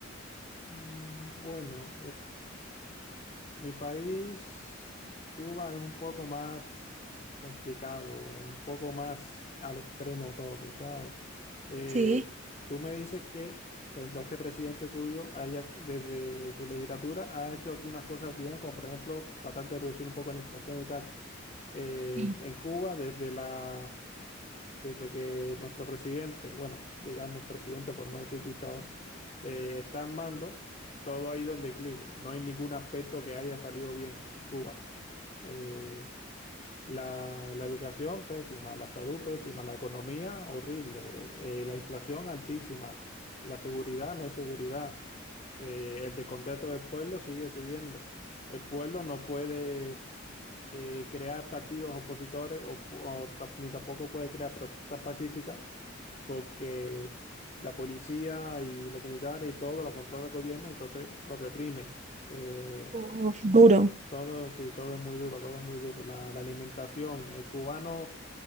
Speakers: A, on the left; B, on the right.
A: Mm, bueno. Mi país, Cuba, es un poco más complicado, un poco más al extremo todo, ¿sabes? Eh,
B: Sí.
A: tú me dices que, por ejemplo, este presidente tuyo, haya- desde su legislatura, ha hecho algunas cosas bien, como por ejemplo tratar de reducir un poco la inflación y tal. Eh,
B: Sí.
A: en Cuba, desde la desde que nuestro presidente, bueno, digamos presidente por no decir dictador, eh, está en mando, todo ha ido en declive. No hay ningún aspecto que haya salido bien en Cuba. Eh, la, la educación pésima, la salud pésima, la economía horrible, eh, la inflación altísima, la seguridad no hay seguridad, eh, el descontento del pueblo sigue subiendo. El pueblo no puede eh, crear partidos opositores o, o ta- ni tampoco puede crear protestas pacíficas porque la policía y los militares y todo lo controla el gobierno, entonces lo reprimen. Eh,
B: Uf, duro.
A: todo, sí, todo es muy duro, todo es muy duro. La, la alimentación, el cubano